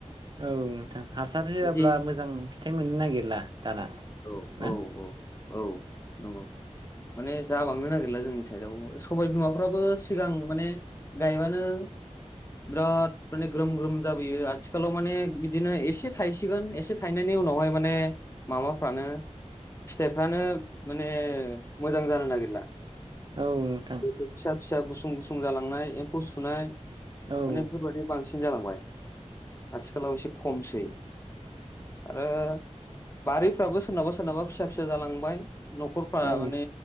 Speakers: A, on the right; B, on the left.
A: औ नोंथां हासार होआब्ला
B: जि
A: मोजां फिथाइ मोननो नागिरला दाना
B: औ
A: ना।
B: औ औ औ नंगौ। माने जाबांनो नागिरला जोंनि साइडआव सबाय बिमाफ्राबो सिगां माने गायबानो बिराद माने ग्रोम ग्रोम जाबोयो आथिखालाव माने बि दिनो एसे थाइसिगोन एसे थायनायनि उनावहाय माने माबाफ्रानो फिथाइफ्रानो माने मोजां जानो नागिरला <inaudible>
A: औ नोंथां
B: जिहेथु फिसा फिसा गुसुं गुसुं जालांनाय एम्फौ सुनाय माने
A: औ
B: बेफोरबादि बांसिन जालांबाय। आथिखालाव एसे खमसै। आरो बारिफ्राबो सोरनाबा सोरनाबा फिसा फिसा जालांबाय। न'खरफ्रा
A: औ
B: माने